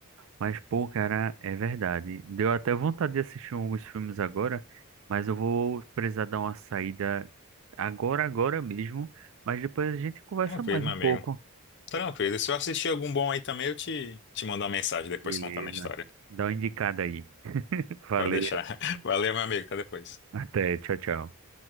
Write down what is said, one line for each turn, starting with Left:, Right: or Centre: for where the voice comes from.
Right: Mas, pô, cara, é verdade. Deu até vontade de assistir alguns filmes agora, mas eu vou precisar dar uma saída agora, agora mesmo. Mas depois a gente conversa
Left: Tranquilo,
Right: mais
Left: meu
Right: um
Left: amigo.
Right: pouco.
Left: Tranquilo. E Se eu assistir algum bom aí também, eu te, te mando uma mensagem depois
Right: Beleza.
Left: contando a história.
Right: Dá uma indicada aí. <laughs> Valeu.
Left: Pode deixar. <laughs> Valeu, meu amigo. Até depois.
Right: Até. Tchau, tchau.